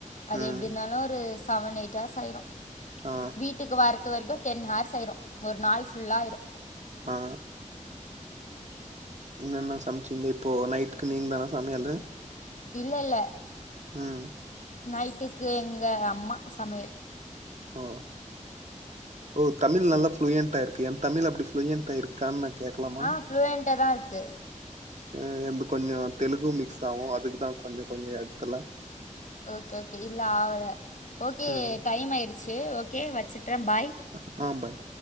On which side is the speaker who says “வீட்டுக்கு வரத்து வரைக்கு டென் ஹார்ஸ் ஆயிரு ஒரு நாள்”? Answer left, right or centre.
Left